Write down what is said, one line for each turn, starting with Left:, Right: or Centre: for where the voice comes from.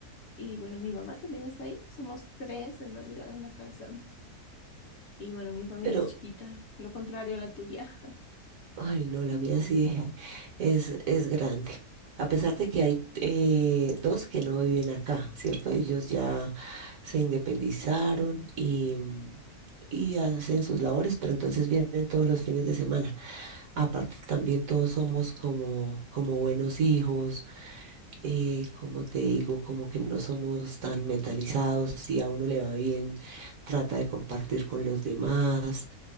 Left: Y bueno, mi mamá también está ahí, somos tres en realidad en la casa. Y bueno, mi familia
Right: Pero,
Left: es chiquita, lo contrario a la tuya.
Right: ay, no, la
Left: <laughs>
Right: mía sí <laughs> es, es grande. A pesar de que hay eh, dos que no viven acá, ¿cierto? Ellos ya se independizaron y, mm, y hacen sus labores, pero entonces vienen todos los fines de semana. Aparte, también todos somos como, como buenos hijos, eh, como te digo, como que no somos tan metalizados. Si a uno le va bien, trata de compartir con los demás.